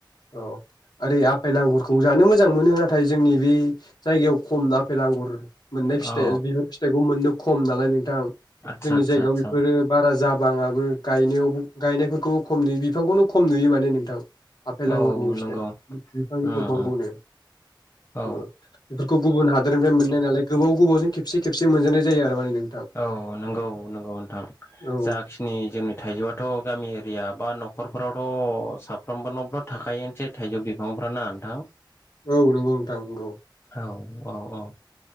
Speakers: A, on the left (about 55°); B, on the left (about 30°).
A: औ <unintelligible> ओरै आपेल आगुरखौ जानो मोजां मोनो नाथाय जोंनि बे जायगायाव खम आफेल आगुर मोननाय फिथाइ
B: औ
A: बिबार फिथाइखौ मोननो खम नालाय नोंथां
B: आतसा
A: जोंनि
B: आतसा
A: जायगायाव
B: आतसा
A: बेफोरो बारा जाबाङाबो गायनायावबो गायनायफोरखौबो खम नुयो बिफांखौनो खम नुयो माने नोंथां। आपेल
B: औ
A: आंगुरनि फिथाइ
B: नंगौ
A: बिफांनि
B: उम
A: दंफां
B: उम
A: खौनो
B: औ
A: बेफोरखौ गुबुन हादोरनिफ्राय मोननाय नालाय गोबाव गोबावजों खेबसे खेबसे मोनजानाय जायो आरो माने नों
B: औ नोंगौ नोंगौ नोंथां
A: औ
B: जाखिनि जोंनि थाइजौआथ' गामि एरि या बा न'खरफोरावथ' साफ्रोमबोनावथ' थाखायोयानोसै थाइजौ बिफांफ्रा ना नोंथां।
A: औ नंगौ नोंथां नंगौ
B: औ औ औ,